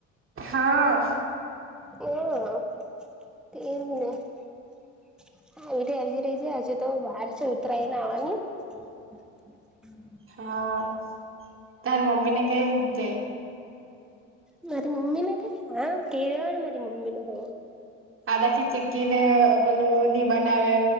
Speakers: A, on the right; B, in the centre.
A: હા
B: હ તે જ ને આવી રી હજી રહી જાય હજે તો વાર છે ઉતરાયને આવવાની <inaudible>
A: હા તાર મમ્મી ને કઈ મક દે
B: મારી મમ્મી ને હા ક દેવા મારી મમ્મી ને હોવ
A: અાકી ચીકીનેલ બનાવે